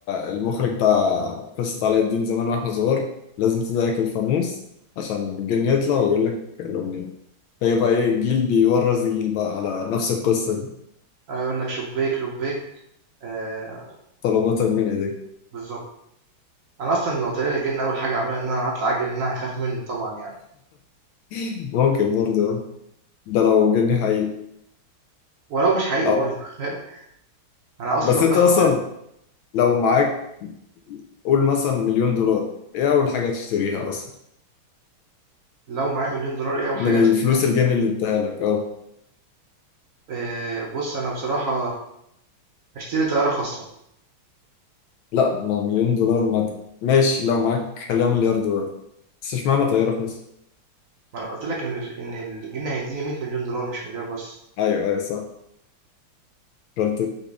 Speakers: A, on the left; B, on the right.
A: المخرج بتاع قصة علاء الدين زمان واحنا صغار لازم تضحك الفانوس عشان الجن يطلع ويقول لك الأمنية هي بقى ايه جيل بيورث جيل بقى على نفس القصة دي
B: هيقول لك شبّاك، لبّاك، آآ
A: طلباتك من ايديك
B: بالضبط. أنا أصلًا لو طلع لي جِن أول حاجة هاعملها إن أنا هاطلع أجري لإن أنا هاخاف منه طبعًا يعني،
A: <laughs> ممكن برضه آه. ده لو جني حقيقي
B: ولو مش حقيقي
A: أو.
B: برضه <laughs> أنا أصلًا
A: بس انت
B: باسمع
A: اصلا لو معاك قول مثلا مليون دولار ايه اول حاجة تشتريها اصلا
B: لو معايا مليون دولار إيه أول
A: من
B: حاجة
A: الفلوس
B: هاشتريها؟
A: الجني اللي اداها لك اه
B: آآ بُص أنا بصراحة اشتري طياره خاصه
A: لا ما مليون دولار ما ماشي لو معاك خليها مليار دولار بس اشمعنى طيارة بس
B: ما انا قلت لك ان ال- ان الجنيه هيديني 100 مليون دولار مش مليار بس
A: ايوه ايوه صح رحت